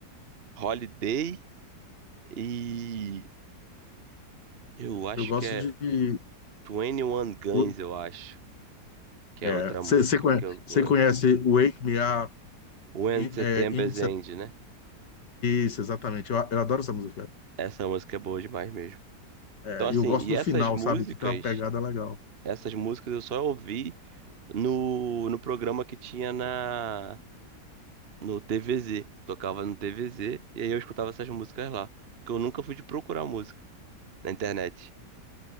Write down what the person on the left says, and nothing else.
Eu gosto
de.
o-
É,
você
conhece,
você conhece Wake Me Up
in,
é, in Sep-
Isso, exatamente. Eu, eu adoro essa música.
É,
e eu gosto
do
final,
sabe? Que tem uma pegada legal.